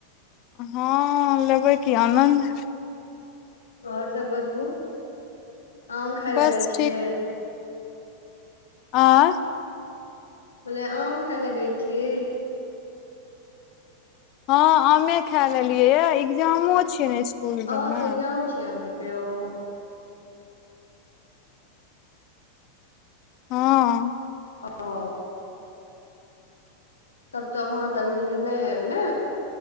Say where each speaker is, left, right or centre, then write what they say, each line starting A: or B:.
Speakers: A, on the left; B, on the left.
A: हँ लेबै कि आनन्द
B: आओर सभ बतबू आम खाय
A: बस
B: लए गेल छियै
A: आ
B: बलै आम खाय गेल छी
A: हँ आमे खाय लेलियै ये इग्जामो छियै ने स्कूल सबमे
B: अ छै इग्जाम छै अहांके ओ
A: हँ
B: अ -ओ तब तऽ अहाँ तऽ अखन नहि आयब ने